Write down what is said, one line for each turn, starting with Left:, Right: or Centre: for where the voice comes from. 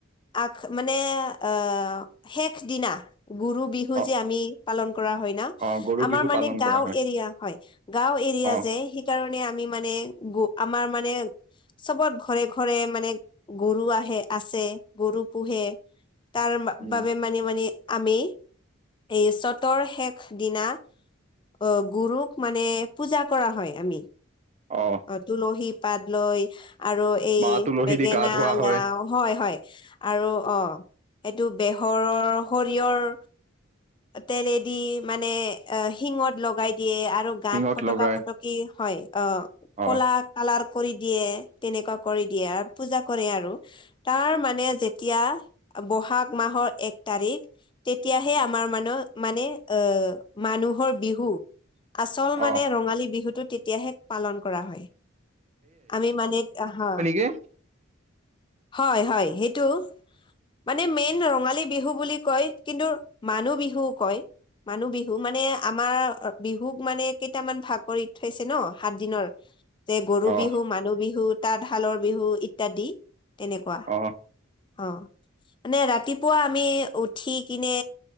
Left: আগ মানে আহ শেষ দিনা গুৰু বিহু বিহু
Right: অ
Left: যে আমি পালন কৰা হয় না
Right: অ গৰু
Left: আমাৰ
Right: বিহু
Left: মানে
Right: পালন
Left: গাঁও
Right: কৰা হয়
Left: এৰিয়া হয় গাঁও এৰিয়া
Right: অ
Left: যে সে সেইকাৰণে আমি মানে গ আমাৰ মানে চ'বৰ ঘৰে ঘৰে মানে গৰু আহে আছে গৰু পোহে। তাৰ
Right: উম
Left: বাবে মানে মানে আমি এই চ'তৰ শেষ দিনা অ গুৰুক মানে পূজা কৰা হয় আমি।
Right: অ'
Left: অ' তুলসী পাত লৈ আৰু এই
Right: মা তুলসী
Left: বেঙেনা
Right: দি গা ধোৱা হয়
Left: লাও হয়, হয়, আৰু অ'। এইটো বেহৰৰ শৰিয়ৰ তেলেদি মানে অ' শিঙত লগাই দিয়ে আৰু গাত
Right: শিঙত
Left: পতকা
Right: লগাই
Left: পটকি হয় অ'।
Right: অ
Left: ক'লা কালাৰ কৰি দিয়ে তেনেকুৱা কৰি দিয়ে আৰু পূজা কৰে আৰু। তাৰ মানে যেতিয়া বহাগ মাহৰ এক তাৰিখ তেতিয়াহে আমাৰ মান মানে আহ মানুহৰ বিহু আচল মানে
Right: অ
Left: ৰঙালী বিহুতটো তেতিয়াহে পালন কৰা হয় আমি মানে হা
Right: কি
Left: হয়, হয়, সেইটো মানে মেইন ৰঙালী বিহু বুলি কয় কিন্তু মানুহ বিহুও কয়। মানুহ বিহু মানে আমাৰ বিহুক মানে কেইটামান ভাগ কৰি থৈছে ন সাত দিনৰ যে গৰু
Right: অ
Left: বিহু মানুহ বিহু তাঁতশালৰ বিহু ইত্যাদি তেনেকুৱা।
Right: অ
Left: অ' মানে ৰাতিপুৱা আমি উঠি কিনে